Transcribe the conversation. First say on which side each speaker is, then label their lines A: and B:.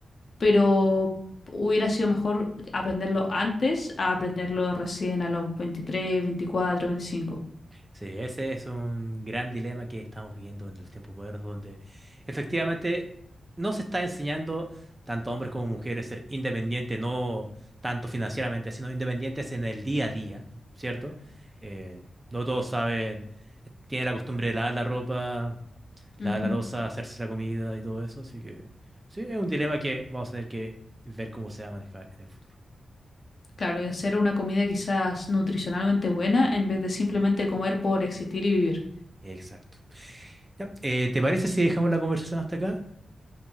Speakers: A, on the left; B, on the right.
A: pero hubiera sido mejor aprenderlo antes a aprenderlo recién a los veintitrés veinticuatro veinticinco
B: Sí, ese es un gran dilema que estamos viviendo en los tiempos modernos, donde efectivamente no se está enseñando tanto a hombres como mujeres ser independientes, no tanto financieramente, sino independientes en el día a día, ¿cierto? Eh, no todos saben, eh, tienen la costumbre de lavar la ropa, lavar
A: Ujú.
B: la loza, hacerse la comida y todo eso, así que sí, es un dilema que vamos a tener que ver cómo se va a manejar en el futuro.
A: Claro, y hacer una comida quizás nutricionalmente buena en vez de simplemente comer por existir y vivir.
B: Exacto. Ya, eh, ¿te parece si dejamos la conversación hasta acá?